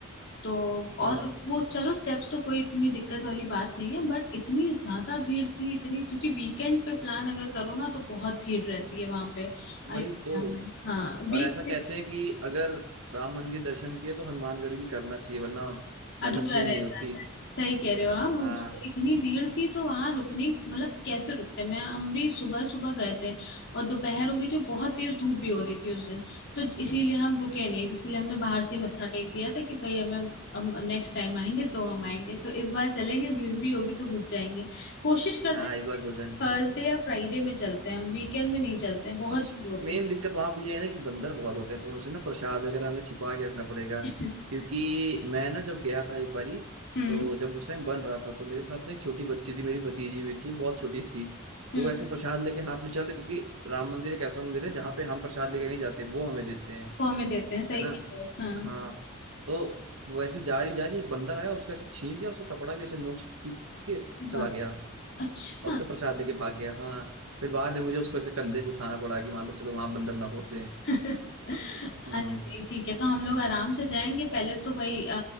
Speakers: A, on the left; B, on the right.
A: तो
B: हाँ
A: और वो चलो स्टेप्स तो कोई इतनी दिक्कत वाली बात नहीं है बट इतनी ज्यादा भीड़ थी इतनी क्योंकि वीकेंड पे प्लान अगर करो ना तो बहुत भीड़ रहती है वहां पे अयोध्या
B: वही तो
A: में हाँ वीक
B: और ऐसा कहते हैं कि अगर राम मंदिर दर्शन किए तो हनुमानगढ़ी भी करना चाहिए वरना
A: अधूरा
B: मन्नत पूरी
A: रह
B: नहीं होती
A: जाता है सही कह रहे हो आप वो
B: हाँ
A: भीड़- इतनी भीड़ थी तो वहां रुकने मतलब कैसे रुकते मैं हम भी सुबह सुबह गए थे और दोपहर हो गई थी और बहुत तेज धूप भी हो रही थी उस दिन तो इसीलिए हम रुके नहीं इसीलिए हमने बाहर से ही मत्था टेक दिया था कि भाई हमें हम नेक्स्ट टाइम आएंगे तो हम आएंगे तो इस बार चलेंगे भीड़ भी होगी तो घुस जाएंगे कोशिश करते
B: हाँ
A: हैं
B: इस बार हो जाएंगे
A: थर्सडे या फ्राइडे में चलते हैं हम वीकेंड में नहीं चलते हैं बहुत
B: बस
A: भीड़ होती
B: मेन दिक्कत वहां पे ये है ना कि बंदर बहुत होते हैं तो उनसे ना प्रसाद वगैरह हमें छिपा के रखना पड़ेगा
A: है। <laughs>
B: क्योंकि मैं ना जब गया था एक बारी
A: हम्म
B: तो जब उस टाइम बन रहा था तो मेरे साथ ना एक छोटी बच्ची थी मेरी भतीजी हुई थी बहुत छोटी सी थी
A: हम्म
B: तो वो ऐसे प्रसाद लेके हाथ में चल रहे क्योंकि राम मंदिर एक ऐसा मंदिर है जहाँ पे हम प्रसाद लेके नहीं जाते वो हमें देते हैं
A: वो हमें देते हैं सही
B: है ना
A: कह रहे हो हाँ
B: हाँ तो वो ऐसे जा रही जा रही एक बंदर आया उसका ऐसे छीन लिया उसका कपड़ा भी ऐसे नोच के खींच के चला
A: बाप
B: गया
A: अच्छा
B: और उसका प्रसाद लेके भाग गया हाँ फिर बाद में मुझे उसको ऐसे कंधे पे उठाना पड़ा कि मान लो चलो वहां बंदर ना पहुंचे
A: अरे
B: हम्म
A: नहीं ठीक है तो हम लोग आराम से जाएंगे पहले तो वही अ,